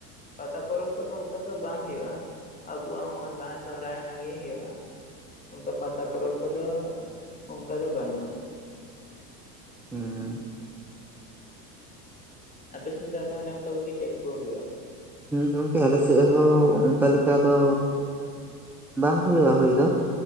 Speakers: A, on the left (about 15°); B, in the centre.
A: ᱯᱟᱛᱟ ᱯᱚᱨᱚᱵᱽ ᱠᱚᱫᱚ ᱚᱱᱠᱟ ᱫᱚ ᱵᱟᱝ ᱦᱩᱭᱩᱜᱼᱟ ᱟᱵᱚᱣᱟᱜ ᱦᱚᱸᱜ ᱚᱭ ᱵᱟᱦᱟ ᱥᱚᱦᱚᱨᱟᱭ ᱚᱱᱟᱜᱮ ᱦᱩᱭᱩᱜᱼᱟ ᱚᱱᱠᱟ ᱯᱟᱛᱟ ᱯᱚᱨᱚᱵᱽ ᱠᱚᱫᱚ ᱚᱱᱠᱟ ᱫᱚ ᱵᱟᱹᱱᱩᱜᱼᱟ
B: ᱦᱩᱸ
A: ᱟᱯᱮᱥᱱ ᱫᱚ ᱛᱟᱦᱚᱞᱮ ᱚᱱᱠᱟ ᱠᱚᱜᱮ ᱪᱮᱫ ᱠᱚ ᱦᱩᱭᱩᱜᱼᱟ
B: ᱜᱚᱝᱠᱮ ᱟᱞᱮ ᱥᱮᱫ ᱦᱚᱸ ᱚᱱᱠᱟ ᱞᱮᱠᱟ ᱫᱚ ᱵᱟᱝ ᱦᱩᱭᱩᱜᱼᱟ ᱦᱩᱭ ᱫᱚ